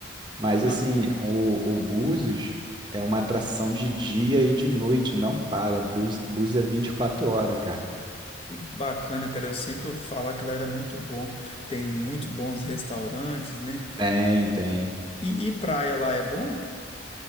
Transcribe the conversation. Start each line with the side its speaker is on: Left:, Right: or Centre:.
Right: Mas
Left: Ah,
Right: assim, o, o Búzios é uma atração de dia e de noite, não para. Búzios, Búzios é 24 horas, cara.
Left: bacana, cara, eu sempre ouvi falar que lá era muito bom. Tem muito bons restaurantes, né?
Right: Tem, tem.
Left: E, e praia lá é bom?